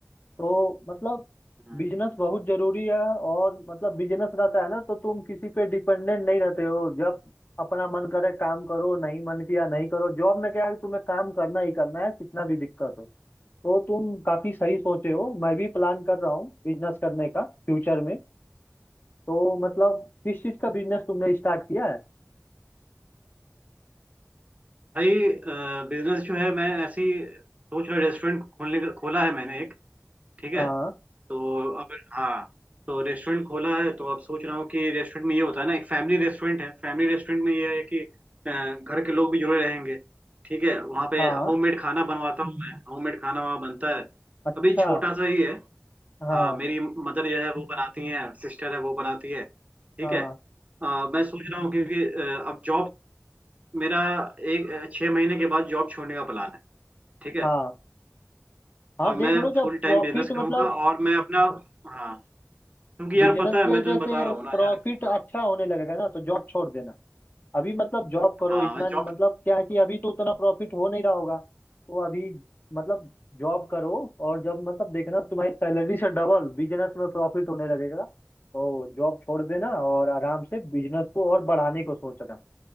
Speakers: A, on the left; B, on the right.
A: तो मतलब
B: हम्म।
A: बिजनेस बहुत जरूरी है और मतलब बिजनेस रहता है ना तो तुम किसी पे डिपेंडेंट नहीं रहते हो जब अपना मन करे काम करो नहीं मन किया नहीं करो जॉब में क्या है कि तुम्हें काम करना ही करना है कितना भी दिक्कत हो तो तुम काफी सही सोचे हो मैं भी प्लान कर रहा हूँ बिजनेस करने का फ्यूचर में तो मतलब किस चीज का बिजनेस तुमने स्टार्ट किया है
B: भाई बिजनेस जो है मैं ऐसे ही सोच रहा रेस्टोरेंट खोलने का खोला है मैंने एक ठीक है
A: हाँ
B: तो अब हाँ तो रेस्टोरेंट खोला है तो अब सोच रहा हूँ कि रेस्टोरेंट में ये होता है ना एक फैमिली रेस्टोरेंट है फैमिली रेस्टोरेंट में ये है कि अ, घर के लोग भी जुड़े रहेंगे ठीक है वहाँ पे
A: हाँ
B: होममेड खाना बनवाता हूँ मैं होममेड खाना वहाँ बनता है
A: अच्छा
B: अभी छोटा सा ही है
A: हाँ
B: हाँ मेरी मदर जो है वो बनाती है सिस्टर है वो बनाती है ठीक
A: हाँ
B: है अ, मैं सोच रहा हूँ क्योंकि अ, अब जॉब मेरा एक अ, छह महीने के बाद जॉब छोड़ने का प्लान है ठीक है
A: हाँ हाँ
B: और मैं
A: देख लो जब
B: फुल
A: प्रॉफिट
B: टाइम बिजनेस
A: मतलब
B: करूंगा और मैं अपना हाँ क्योंकि
A: बिजनेस
B: यार पता है
A: से
B: मैं तुम्हें
A: जैसे
B: बता रहा हूँ ना
A: प्रॉफिट
B: यार
A: अच्छा
B: हाँ
A: होने लगेगा ना तो जॉब छोड़ देना अभी मतलब जॉब करो
B: हाँ
A: इतना
B: मैं जॉब
A: मतलब क्या है कि अभी तो उतना प्रॉफिट हो नहीं रहा होगा तो अभी मतलब जॉब करो और जब मतलब देखना तुम्हारी सैलरी से डबल बिजनेस में प्रॉफिट होने लगेगा तो जॉब छोड़ देना और आराम से बिजनेस को और बढ़ाने को सोचना